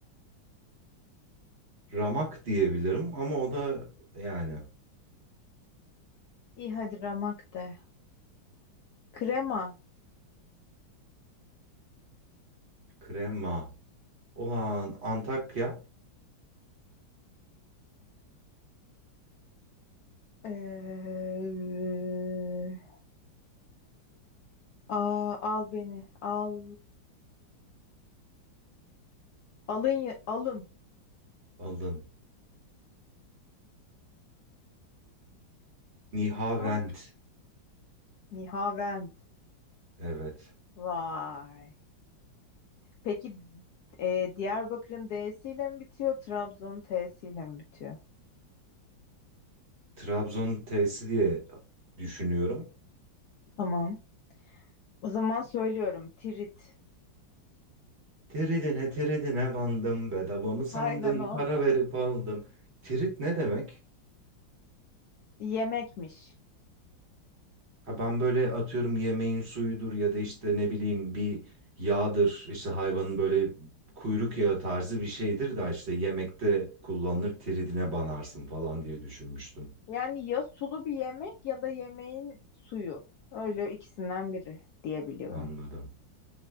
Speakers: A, on the right; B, on the left.
A: Ramak diyebilirim ama o da yani
B: iyi hadi ramak de. Krema.
A: krema. olan Antakya
B: Ee, aa, al beni. Al, alın. ya- Alın.
A: aldım. Nihavend.
B: Al. Nihavend.
A: Evet.
B: Vay. Peki e, Diyarbakır'ın D'siyle mi bitiyor? Trabzon'un T'siyle mi bitiyor?
A: Trabzon T'si diye düşünüyorum.
B: Tamam. O zaman söylüyorum. Tirit.
A: Tridine tridine bandım. Bedava mı sandın?
B: Aynen o.
A: Para verip aldım. Tirit ne demek?
B: <laughs> Yemekmiş.
A: Ha ben böyle atıyorum yemeğin suyudur ya da işte ne bileyim bir yağdır. işte hayvanın böyle kuyruk yağı tarzı bir şeydir da işte yemekte kullanılır tiridine banarsın falan diye düşünmüştüm.
B: Yani ya sulu bir yemek ya da yemeğin suyu. Öyle ikisinden biri diyebiliyorum.
A: Anladım.